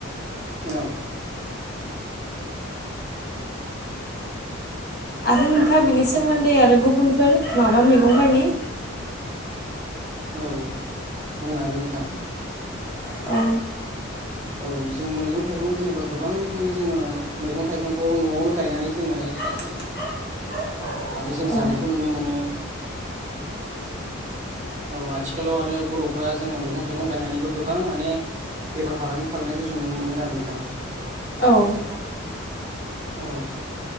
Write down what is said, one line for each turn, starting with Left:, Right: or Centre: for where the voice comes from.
Right: औ।
Left: आरो नोंथांङा बिनि सोमोन्दै आरो गुबुनफोर माबा मैगंफोरनि
Right: औ बुंनो हागोन नोंथां।
Left: औ
Right: औ जों मैगं थाइगं जेनेबा गोबां रोखोमनि जोङो मैगं थाइगंखौ न'आवनो गायनानै जोङो
Left: <inaudible>
Right: माने जों
Left: औ
Right: जानायखौ नुनो मोनो। औ आथिखालाव आरो बर'फ्रा जोङो मैगं थाइगं गायनानैबो गोबां माने बेफार फालांगि खालामनायखौ जों नुनो मोनो आरो नोंथां।
Left: औ
Right: औ